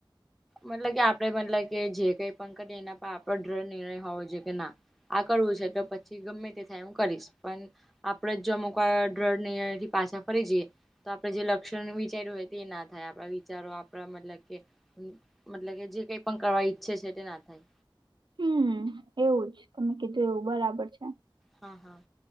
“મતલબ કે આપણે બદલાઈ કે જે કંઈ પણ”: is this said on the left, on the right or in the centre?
Centre